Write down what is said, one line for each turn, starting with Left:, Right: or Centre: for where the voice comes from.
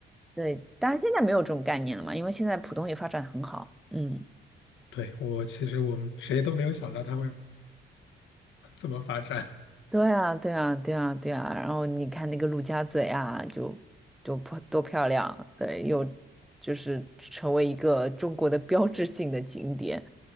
Centre: 对，当然现在没有这种概念了嘛，因为现在浦东也发展很好，嗯。
Left: <laughs> 对，我其实我们谁都没有想到它会 <laughs> 这么发展。
Centre: 对啊，对啊，对啊，对啊。然后你看那个陆家嘴啊，就就多漂多漂亮，对，又就是成为一个中国的标志性的景点，